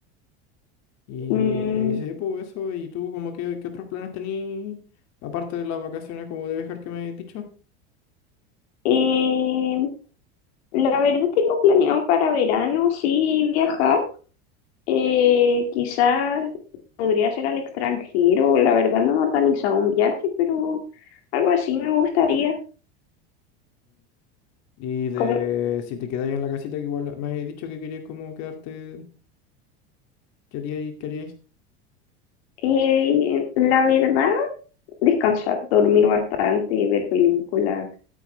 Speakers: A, on the left; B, on the left.
A: Y,
B: Mm,
A: eh, y sí, pues eso. ¿Y tú, como que, qué otros planes tenís, aparte de las vacaciones como de viajar que me has dicho?
B: eh, la verdad tengo planeado para verano, sí, viajar. Eh, quizás podría ser al extranjero. La verdad no he organizado un viaje, pero algo así me gustaría.
A: Y de
B: Como,
A: si te quedáis en la casita, que igual me habéis dicho que querías como quedarte, queríais, queríais.
B: Eh, la verdad, descansar, dormir bastante, ver películas,